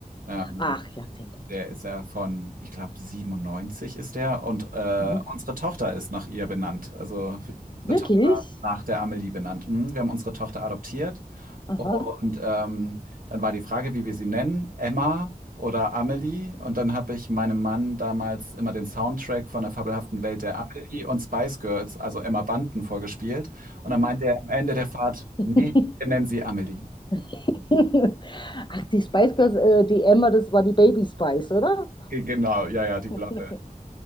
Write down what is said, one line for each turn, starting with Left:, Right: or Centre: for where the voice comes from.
Right: Ähm,
Left: Ach ja, den natürlich.
Right: Der ist ja von, ich glaube, 97 ist der. Und äh,
Left: Mhm.
Right: unsere Tochter ist nach ihr benannt. Also wir haben unsere
Left: Wirklich?
Right: Tochter nach der Amelie benannt. Mhm, wir haben unsere Tochter adoptiert.
Left: Aha.
Right: Und ähm, dann war die Frage, wie wir sie nennen, Emma oder Amelie. Und dann habe ich meinem Mann damals immer den Soundtrack von der fabelhaften Welt der Amelie und Spice Girls, also Emma Bunton, vorgespielt. Und dann meinte er am Ende der Fahrt,
Left: <laughs>
Right: nee, wir nennen sie Amelie.
Left: <laughs> Ach, die Spice Girls, äh, die Emma, das war die Baby Spice, oder?
Right: Genau, ja, ja, die Blonde.
Left: <laughs>